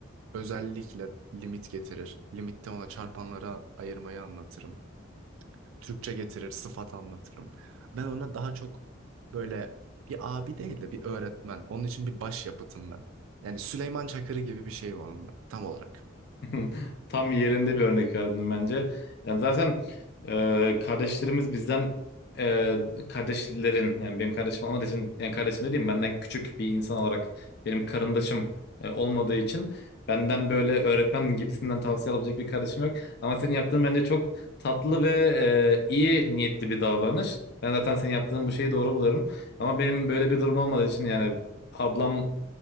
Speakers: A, on the right (about 85°); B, on the left (about 55°).
A: Özellikle limit getirir. Limitte ona çarpanlara ayırmayı anlatırım. Türkçe getirir, sıfat anlatırım. Ben ona daha çok böyle bir abi değil de bir öğretmen. Onun için bir başyapıtım ben. Yani Süleyman Çakır'ı gibi bir şey onunla tam olarak.
B: <laughs> Tam yerinde bir örnek verdin bence. Yani zaten e, kardeşlerimiz bizden e, kardeşlerin yani benim kardeşim olmadığı için yani kardeşim dediğim benden küçük bir insan olarak benim karındaşım e, olmadığı için benden böyle öğretmen gibisinden tavsiye alabilecek bir kardeşim yok. Ama senin yaptığın bence çok tatlı ve e, iyi niyetli bir davranış. Ben zaten senin yaptığın bu şeyi doğru buluyorum. Ama benim böyle bir durum olmadığı için yani ablam